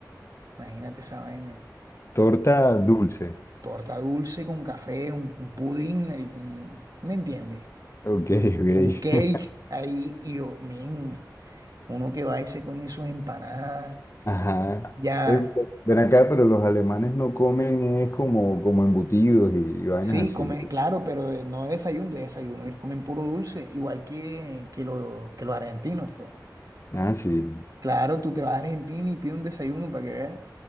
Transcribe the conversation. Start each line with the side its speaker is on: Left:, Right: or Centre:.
Right: Imagínate esa vaina.
Left: Torta dulce.
Right: Torta dulce con café, un, un pudín, marico, un- ¿me entiendes?
Left: Ok, ok.
Right: Un cake ahí y yo, men, uno que va y se come sus empanadas.
Left: <laughs> Ajá.
Right: Ya,
Left: Eh, Ven acá, pero los alemanes no comen es como, como embutidos y, vainas
Right: sí, come,
Left: así.
Right: claro, pero de- no de desayuno, de desayuno. Ellos comen puro dulce, igual que, que, lo- que los argentinos, fue.
Left: Ah, sí.
Right: Claro, tú te vas a Argentina y pides un desayuno para que veas.